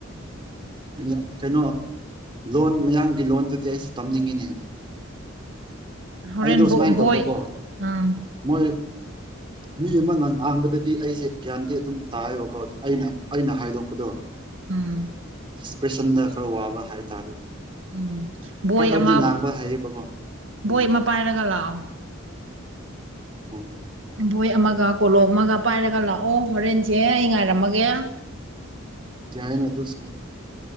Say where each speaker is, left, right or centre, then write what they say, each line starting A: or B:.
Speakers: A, on the right; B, on the right.
A: ꯑ ꯀꯩꯅꯣ ꯂꯣꯟ ꯃꯌꯥꯝꯒꯤ ꯂꯣꯟꯗꯨꯗꯤ ꯑꯩꯁꯨ ꯇꯝꯅꯤꯡꯉꯤꯅꯦ
B: ꯍꯣꯔꯦꯟ
A: ꯑꯩꯗꯣ ꯁꯨꯃꯥꯏꯅ ꯇꯧꯕꯀꯣ
B: ꯕꯣꯏ ꯎꯝ
A: ꯃꯣꯏ ꯃꯤ ꯑꯃ ꯉ ꯉꯥꯟꯕꯗꯗꯤ ꯑꯩꯁꯦ ꯒ꯭ꯌꯥꯟꯗꯤ ꯑꯗꯨꯝ ꯇꯥꯏꯑꯕꯀꯣ ꯑꯩꯅ ꯑꯩꯅ ꯍꯥꯏꯗꯣꯛꯄꯗꯣ
B: ꯎꯝ
A: ꯑꯦꯛꯁꯄ꯭ꯔꯦꯁꯟꯗ ꯈꯔ ꯋꯥꯕ ꯍꯥꯏꯇꯥꯔꯦꯅꯦ
B: ꯎꯝ ꯕꯣꯏ
A: ꯈꯔ ꯈꯔꯗꯤ
B: ꯑꯃ
A: ꯉꯥꯡꯕ ꯍꯥꯏꯔꯤꯕꯀꯣ ꯎꯝ
B: ꯕꯣꯏ ꯑꯃ ꯄꯥꯏꯔꯒ ꯂꯥꯛꯑꯣ
A: ꯎ
B: ꯕꯣꯏ ꯑꯃꯒ ꯀꯣꯂꯣ ꯑꯃꯒ ꯄꯥꯏꯔꯒ ꯂꯥꯛꯑꯣ ꯍꯣꯔꯦꯟꯁꯦ ꯑꯩ ꯉꯥꯏꯔꯝꯃꯒꯦ
A: ꯌꯥꯏꯅꯦꯗ ꯁꯣ